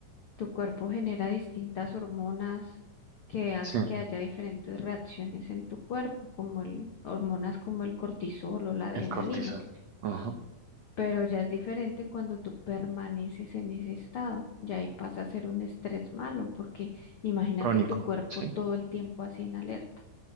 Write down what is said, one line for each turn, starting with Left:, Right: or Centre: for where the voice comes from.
Left: tu cuerpo genera distintas hormonas que hace
Right: Sí,
Left: que haya diferentes reacciones en tu cuerpo, como el, hormonas como el cortisol o la adrenalina.
Right: el cortisol. Ajá.
Left: Pero ya es diferente cuando tú permaneces en ese estado, ya ahí pasa a ser un estrés malo, porque imagínate
Right: Crónico.
Left: tu cuerpo
Right: Sí,
Left: todo el tiempo así en alerta.